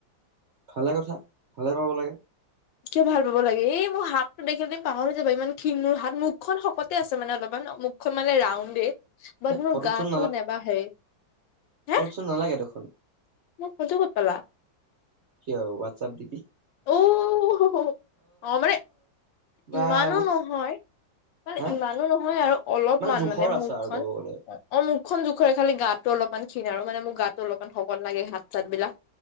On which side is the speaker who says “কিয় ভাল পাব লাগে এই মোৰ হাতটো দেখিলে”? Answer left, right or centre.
Left